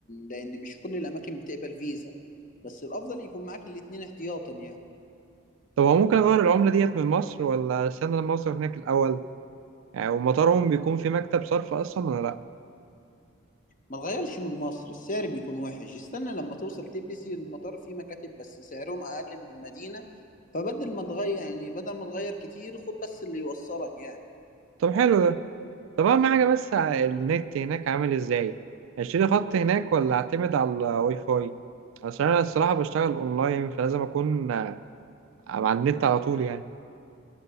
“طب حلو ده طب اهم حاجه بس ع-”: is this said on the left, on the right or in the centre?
Right